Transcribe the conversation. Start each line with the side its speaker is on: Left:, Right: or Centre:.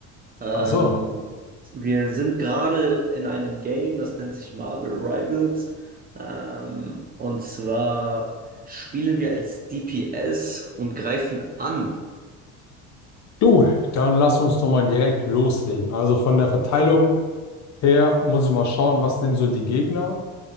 Right: Ähm,
Left: Ach so,
Right: wir sind gerade in einem Game, das nennt sich Marvel Rivals. Ähm, und zwar spielen wir als DPS und greifen an.
Left: du, dann lass uns doch mal direkt loslegen. Also von der Verteilung her muss ich mal schauen, was nehmen so die Gegner.